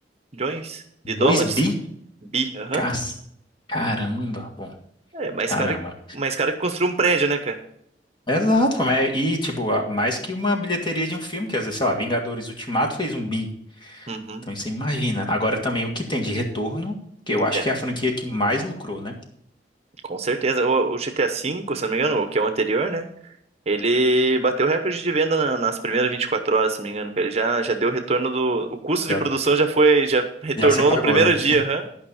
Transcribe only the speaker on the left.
dois
bi?
Cas- Caramba, bom,
caramba.
Exato, pô, mas- e tipo, a- mais que uma bilheteria de um filme, que às vezes, sei lá, Vingadores Ultimato fez um bi.
Então você imagina. Agora também o que tem de retorno, que eu acho
que é a franquia que mais lucrou, né?
Já,
já se pagou,
né?